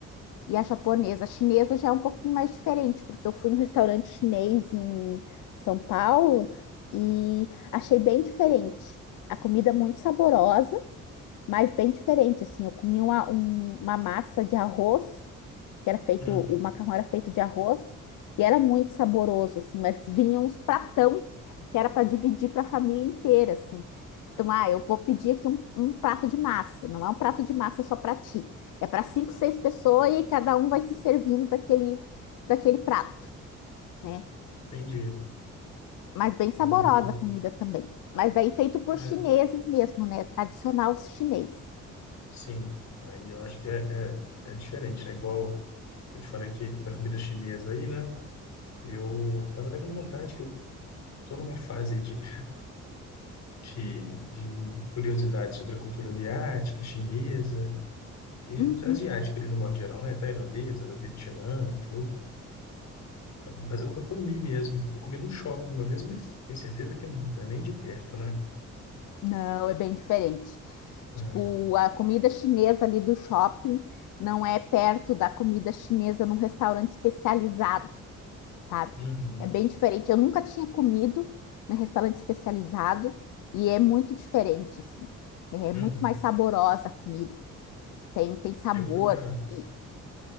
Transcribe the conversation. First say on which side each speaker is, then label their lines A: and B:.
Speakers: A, on the left; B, on the left.
A: e a japonesa. A chinesa já é um pouquinho mais diferente, porque eu fui num restaurante chinês em São Paulo e achei bem diferente. A comida muito saborosa, mas bem diferente, assim. Eu comi uma, um- uma massa de arroz, que era feito,
B: uhum,
A: o macarrão era feito de arroz, e era muito saboroso, assim, mas vinha uns pratão que era para dividir para a família inteira, assim. Então, ah, eu vou pedir aqui um, um prato de massa. Não é um prato de massa só para ti. É para cinco, seis pessoas e cada um vai se servindo daquele, daquele prato, né?
B: entendi.
A: Mas bem
B: Eu,
A: saborosa a comida também. Mas daí feito por
B: é,
A: chineses mesmo, né? Tradicional chinês.
B: sim. Aí eu acho que é, é, é diferente, né? Igual Eu te falei que da comida chinesa aí, né? Eu tava até com vontade, que eu tô numa fase de, de, de curiosidade sobre a cultura asiática, chinesa, e
A: Uhum.
B: asiática ali no modo geral, né? Tailandesa, da Vietnã, tudo. Mas eu nunca comi mesmo. Eu comi num shopping uma vez, mas tenho certeza que não é nem de perto, né?
A: Não, é bem diferente.
B: É.
A: Tipo, a comida chinesa ali do shopping não é perto da comida chinesa num restaurante especializado, sabe?
B: Uhum,
A: É bem diferente. Eu nunca tinha comido num restaurante especializado e é muito diferente, assim. É
B: uhum.
A: muito mais saborosa a comida. Tem, tem sabor
B: Eu fui para
A: e